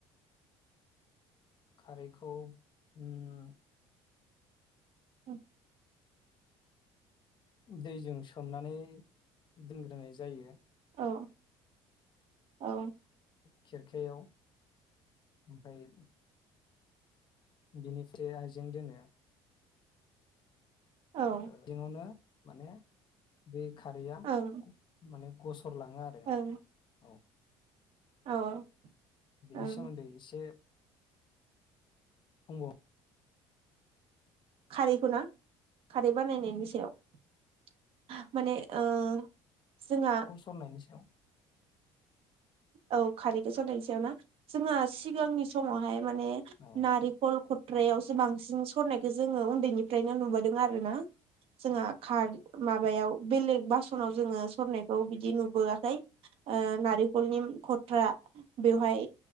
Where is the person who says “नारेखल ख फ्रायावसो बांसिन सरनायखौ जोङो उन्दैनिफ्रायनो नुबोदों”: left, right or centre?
Right